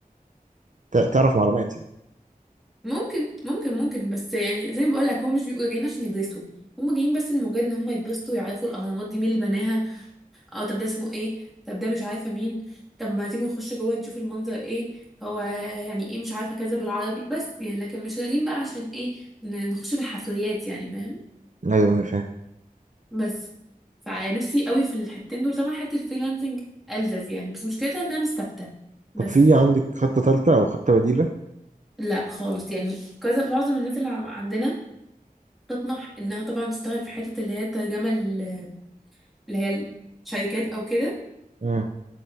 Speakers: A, on the right; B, in the centre.
A: ت- تعرف معلومات يعني
B: ممكن ممكن ممكن بس يعني زي ما بقول لك هم مش بيبقوا جايين عشان يدرسوا هم جايين بس لمجرد ان هم يتبسطوا يعرفوا الاهرامات دي مين اللي بناها اه طب ده اسمه ايه طب ده مش عارفه مين طب ما تيجوا نخش جوه نشوف المنظر ايه هو يعني ايه مش عارفه كذا بالعربي بس يعني لكن مش جايين بقى عشان ايه ن- نخش في الحفريات يعني فاهم
A: أيوة أيوة فاهم
B: بس فنفسي قوي في الحتتين دول طبعا حته الفريلانسنج ألذذ يعني بس مشكلتها انها مش ثابته بس
A: طب في عندك خطة تالتة أو خطة بديلة؟
B: لا خالص يعني كذا معظم الناس اللي عندنا تطمح انها طبعا تشتغل في حته اللي هي الترجمه ال- اللي هي الشركات او كده
A: مم.